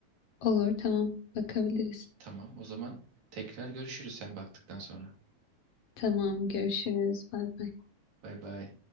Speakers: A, on the left; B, on the right.
A: Olur, tamam. Bakabiliriz.
B: Tamam. O zaman tekrar görüşürüz sen baktıktan sonra.
A: Tamam, görüşürüz. Bay bay.
B: Bay bay.